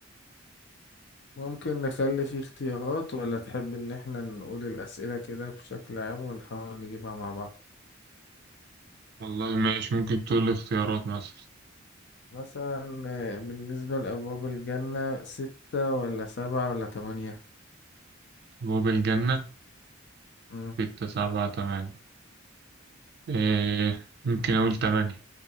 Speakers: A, on the left; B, on the right.
A: ممكن نخلي فيه اختيارات ولا تحب ان احنا نقول الأسئلة كده بشكل عام ونحاول نجيبها مع بعض
B: والله ماشي ممكن تقول لي اختيارات مثلا
A: مثلا آه، بالنسبة لأبواب الجنة ستة ولا سبعة ولا تمانية
B: أبواب الجنة
A: مم.
B: ستة سبعة تمانية إيه ممكن أقول تمانية